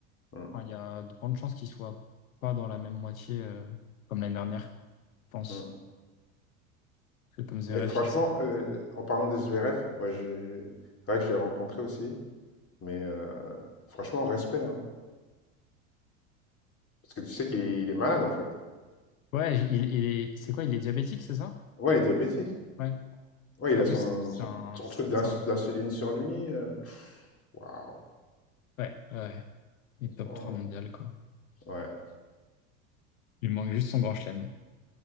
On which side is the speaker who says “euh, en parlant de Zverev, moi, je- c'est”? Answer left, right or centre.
Left